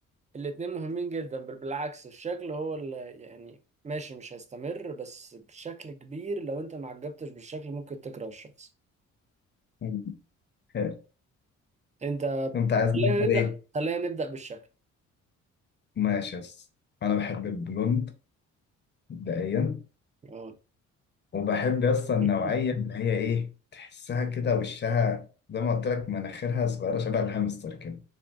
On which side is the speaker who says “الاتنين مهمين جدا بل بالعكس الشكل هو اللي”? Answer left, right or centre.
Right